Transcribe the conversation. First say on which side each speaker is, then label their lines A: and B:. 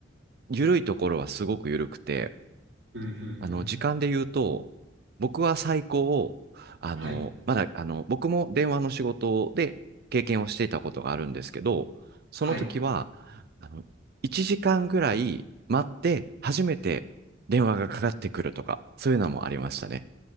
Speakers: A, on the right (about 55°); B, on the right (about 80°).
A: 緩いところはすごく緩くて、
B: うん、うん、
A: あの、
B: うん。
A: 時間で言うと、僕は最高、あの、
B: はい。
A: まだ、あの、僕も電話の仕事で経験をしていたことがあるんですけど、その時は、
B: はい。
A: あの、1時間ぐらい待って、初めて電話がかかってくるとか、そういうのもありましたね。